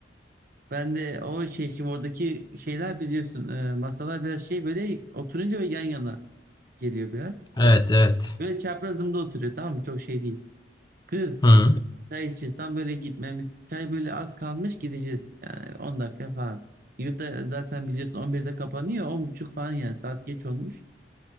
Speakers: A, on the right; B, on the left.
A: Ben de o şey şimdi oradaki şeyler biliyorsun e, masalar biraz şey böyle oturunca ve yan yana geliyor biraz.
B: Evet evet.
A: Böyle çaprazımda oturuyor tamam mı? Çok şey değil. Kız
B: Hı.
A: çay içeceğiz tam böyle gitmemiz çay böyle az kalmış gideceğiz yani 10 dakika falan. Yurtta zaten biliyorsun on birde kapanıyor on buçuk falan yani saat geç olmuş.